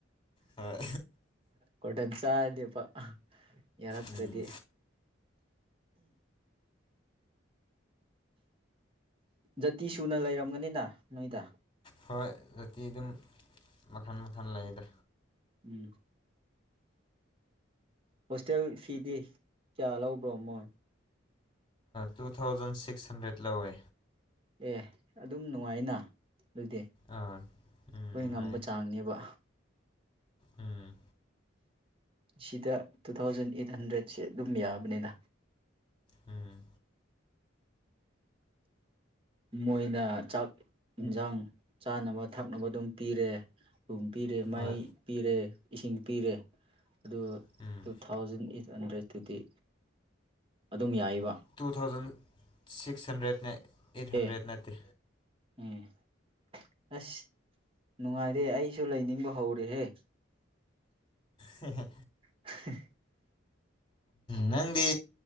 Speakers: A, on the left; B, on the right.
A: ꯍꯣꯏ
B: ꯀꯇꯟ ꯆꯗꯄꯥ ꯌꯦꯔꯛꯇꯗꯤ
A: ꯎꯝ
B: ꯖꯥꯇꯤ ꯁꯨꯅ ꯂꯩꯔꯝꯒꯅꯤꯅ ꯅꯣꯏꯗ
A: ꯍꯔꯣꯏ ꯑꯗꯨꯛꯇꯤ ꯑꯗꯨꯝ ꯃꯈꯟ ꯃꯈꯟ ꯂꯩꯗ
B: ꯎꯝ ꯍꯣꯁꯇꯦꯜ ꯐꯤꯗꯤ ꯀꯌꯥ ꯂꯧꯕ꯭ꯔꯣ ꯃꯣ
A: ꯇꯨ ꯊꯥꯎꯖꯟ ꯁꯤꯛꯁ ꯍꯟꯗ꯭ꯔꯦꯗ ꯂꯧꯋꯦ
B: ꯑꯦ ꯑꯗꯨꯝ ꯅꯨꯡꯉꯥꯏꯅ ꯑꯗꯨꯗꯤ
A: ꯑꯥ ꯎꯝ
B: ꯍꯣꯏ
A: ꯅꯨꯡꯉꯥꯏꯌꯦ
B: ꯉꯝꯕ ꯆꯥꯡꯅꯦꯕ
A: ꯎꯝ
B: ꯁꯤꯗ ꯇꯨ ꯊꯥꯎꯖꯟ ꯑꯩꯠ ꯍꯟꯗ꯭ꯔꯦꯠꯁꯦ ꯑꯗꯨꯝ ꯌꯥꯕꯅꯤꯅ
A: ꯎꯝ
B: ꯃꯣꯏꯅ ꯆꯥꯛ ꯏꯟꯁꯥꯡ ꯆꯥꯅꯕ ꯊꯛꯅꯕ ꯑꯗꯨꯝ ꯄꯤꯔꯦ ꯊꯨꯝ ꯄꯤꯔꯦ ꯃꯥꯏ
A: ꯍꯣꯏ
B: ꯄꯤꯔꯦ ꯏꯁꯤꯡ ꯄꯤꯔꯦ ꯑꯗꯨ
A: ꯎꯝ
B: ꯇꯨ ꯊꯥꯎꯖꯟ ꯑꯩꯠ ꯍꯟꯗ꯭ꯔꯦꯠꯇꯨꯗꯤ ꯑꯗꯨꯝ ꯌꯥꯏꯕ
A: ꯇꯨ ꯊꯥꯎꯖꯟ ꯁꯤꯛꯁ ꯍꯟꯗ꯭ꯔꯦꯠꯅꯦ ꯑꯩꯠ ꯍꯟꯗ꯭ꯔꯦꯠ
B: ꯑꯦ
A: ꯅꯠꯇꯦ
B: ꯎꯝ ꯑꯁ ꯅꯨꯡꯉꯥꯏꯔꯦ ꯑꯩꯁꯨ ꯂꯩꯅꯤꯡꯕ ꯍꯧꯔꯦꯍꯦ
A: ꯍꯦꯍꯦ
B: ꯍ
A: ꯅꯪꯗꯤ